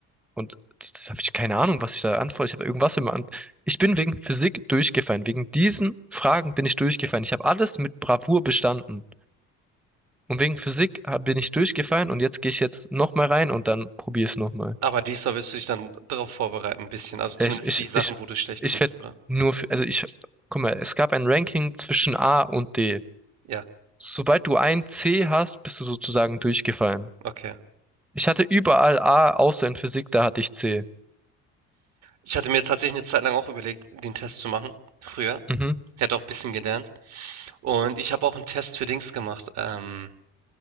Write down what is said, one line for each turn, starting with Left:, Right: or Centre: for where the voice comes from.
Centre: Und das das habe ich keine Ahnung, was ich da antworte. Ich habe irgendwas immer an. Ich bin wegen Physik durchgefallen. Wegen diesen Fragen bin ich durchgefallen. Ich habe alles mit Bravour bestanden. Und wegen Physik hab- bin ich durchgefallen und jetzt gehe ich jetzt nochmal rein und dann probiere es nochmal.
Right: Aber diesmal willst du dich dann darauf vorbereiten ein bisschen, also zumindest
Centre: Ich, ich,
Right: die Sachen,
Centre: ich,
Right: wo du schlecht
Centre: ich
Right: drin bist,
Centre: werde
Right: oder?
Centre: nur für, also ich, guck mal, es gab ein Ranking zwischen A und D.
Right: Ja,
Centre: Sobald du ein C hast, bist du sozusagen durchgefallen.
Right: okay.
Centre: Ich hatte überall A, außer in Physik, da hatte ich C.
Right: Ich hatte mir tatsächlich eine Zeit lang auch überlegt, den Test zu machen, früher.
Centre: Mhm.
Right: Ich hatte auch ein bisschen gelernt und ich habe auch einen Test für Dings gemacht, ähm,